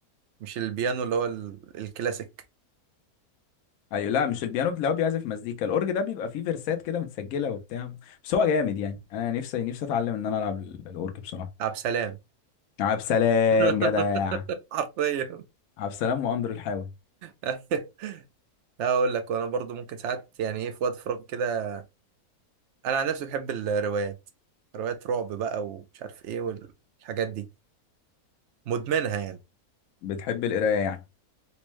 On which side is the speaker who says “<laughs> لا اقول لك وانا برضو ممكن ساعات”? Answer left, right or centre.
Right